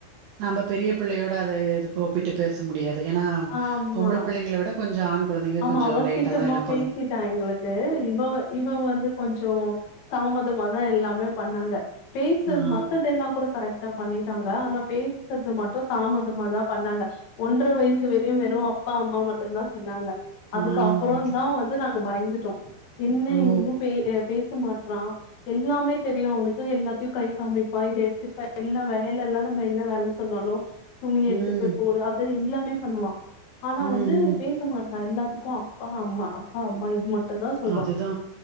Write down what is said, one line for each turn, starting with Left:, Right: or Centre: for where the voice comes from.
Right: நாம பெரிய பிள்ளையோட அது இது இப்போ ஒப்பிட்டு பேச முடியாது ஏன்னா
Left: ஆமா
Right: பொம்பள பிள்ளைங்கள விட கொஞ்சோ ஆண் குழந்தைங்க
Left: ஆமா
Right: கொஞ்சோ
Left: அவ
Right: லேட்டா
Left: சீக்கிரமா
Right: தா எல்லா
Left: பேசிட்டா எங்களுக்கு இவ இவ வந்து கொஞ்சோ தாமதமா தா எல்லாமே பண்ணாங்க பேசறது
Right: ஆ
Left: மத்ததெல்லா கூட கரெக்ட் டா பண்ணிட்டாங்க ஆனா பேசறது மட்டும் தாமதமா தா பண்ணாங்க ஒன்ற வயசு வெரயு வெறு அப்பா அம்மா மட்டுந்தா சொன்னாங்க அதுக்கு
Right: ஆ
Left: அப்புறோந்
Right: அதான்
Left: தா வந்து நாங்க பயந்துட்டோ என்ன
Right: ஓ
Left: இன்னு பே அ பேச மாட்றா எல்லாமே தெரியு அவனுக்கு எல்லாத்தையு கை காமிப்பா இத எடுத்துட்டு எல்லா வயலல்லா நம்ம என்ன வேல சொன்னாலு துணி எடுத்துட்டு
Right: ம்
Left: போய் போடு அது எல்லாமே பண்ணுவா ஆனா
Right: ம்
Left: வந்து
Right: ம்
Left: பே ச மாட்டா எல்லாத்துக்கோ அப்பா அம்மா அப்பா அம்மா இது மட்டுந்தா சொல்லுவா
Right: அதுதா